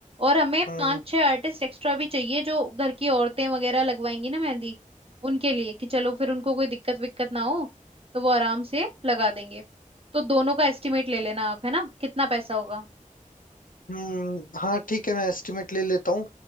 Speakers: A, on the right; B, on the left.
A: और हमें
B: हाँ
A: पांच छह आर्टिस्ट एक्स्ट्रा भी चाहिए जो घर की औरतें वगैरह लगवाएंगी ना मेहंदी उनके लिए कि चलो फिर उनको कोई दिक्कत विक्कत ना हो तो वो आराम से लगा देंगे तो दोनों का एस्टिमेट ले लेना आप है ना कितना पैसा होगा
B: हम्म हाँ ठीक है मैं एस्टिमेट ले लेता हूँ